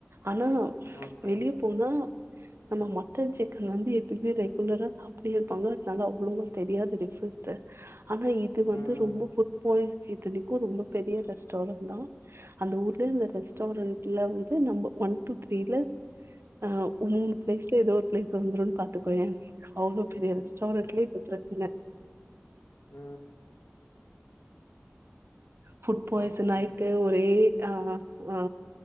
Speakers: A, on the right; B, on the left.
A: அனா
B: ஓகே
A: வெளிய போனா நம்ம மட்டன் சிக்கன் வந்து எப்பயிமே ரெகுலரா சாப் அப்டி இருப்பாங்க தாங்க அவ்ளவா தெரியாது டிஃப்ரென்ஸ் ஆனா இது வந்து
B: ம்
A: ரொம்ப ஃபுட் பாய்சன் இத்தனிக்கு ரொம்ப பெரிய ரெஸ்டாரண்டட் தா அந்த ஊர்ல இருந்த ரெஸ்டாரண்ட்ல வந்து நம்ப ஒன் டூ த்ரீல ஆ மூணு பிளேஸ்ல ஏதோ ஒரு பிளேஸ் வந்துரும்னு பாத்துக்கோயே அவ்ளோ பெரிய ரெஸ்டாரன்ட்ல இப்ப பிரச்சன
B: அ
A: ஃபுட் பாய்சன்
B: ஓகே
A: ஆயிட்டு ஒரே ஆ ஆ